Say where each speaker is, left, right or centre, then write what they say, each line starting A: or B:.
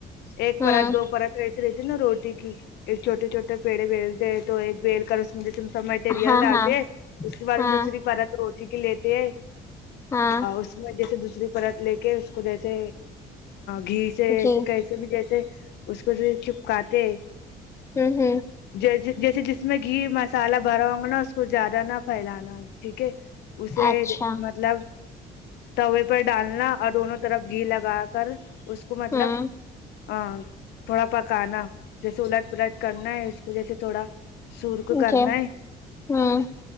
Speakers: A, on the left; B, on the left.
A: ایک
B: ہوں
A: پرت دو پرت رہتی نا روٹی کی ایک چھوٹے چھوٹے پیڑے بیلتے تو ایک بیل کر اسمے سب مٹیریل
B: ہاں
A: ڈالتے
B: ہاں
A: ہے اس کے بعد
B: ہاں
A: ہم دوسری پرت روٹی کی لیتے
B: ہاں
A: اس میں جیسے دوسری پرت لے کے اس کو جیسے گھی جے
B: جی
A: کیسے بھی جیسے اس کو سے چپکاتے ہے
B: ہوں ہوں
A: جیسے جیسے جس میں گھی مسالہ بھرا ہوں نا اس کو زیادہ نہ پھیلانا ٹھیک ہے اسے
B: اچھا
A: مطلب توے پر ڈالنا اور دونوں طرف گھی لگا کر اس کو مطلب
B: ہوں
A: ہ تھوڑا پکانا جیسے اللٹ پلٹ کرنا ہے اس کو جیسے تھوڑا سور کو کرنا
B: جی
A: ہے
B: ہوں